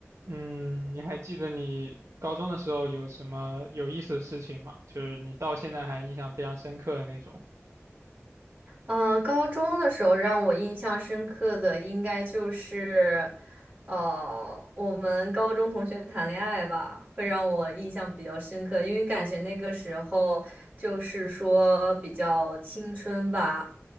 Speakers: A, on the right (about 70°); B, on the right (about 30°).
A: 嗯，你还记得你高中的时候有什么有意思的事情吗？就是你到现在还印象非常深刻的那种。
B: 呃，高中的时候让我印象深刻的应该就是，呃，我们高中同学谈恋爱吧，会让我印象比较深刻，因为感觉那个时候就是说比较青春吧，